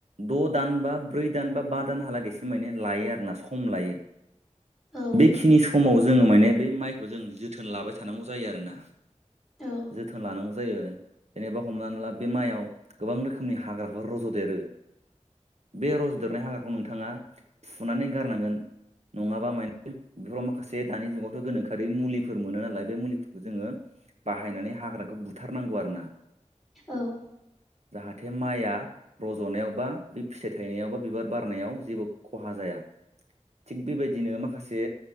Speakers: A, on the right; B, in the centre.
A: द' दान बा ब्रै दान बा बा दान हालागैसि माने लायो आरो ना सम लायो
B: औ
A: बेखिनि समाव जोङो माने बे माइखौ जों जोथोन लाबाय थानांगौ जायो आरोना
B: औ
A: जोथोन लानांगौ जायो। जेनेबा हमनानै ला बे माइआव गोबां रोखोमनि हाग्राफोर रज'देरो। बे रजदेरनाय हाग्राखौ नोंथाङा फुनानै गारनांगोन। नङाबा माने बेफोराव माखासे दानि जुगावथ' गोनोखोआरि मुलिफोर मोनो नालाय बे मुलिफोरखौ जोङो बाहायनानै हाग्राखौ बुथारनांगौ आरो ना।
B: औ।
A: जाहाथे माइया रज'नायाव बा बे फिथाइ थाइनायाव बा बिबार बारनायाव जेबो खहा जाया थिग बेबायदिनो माखासे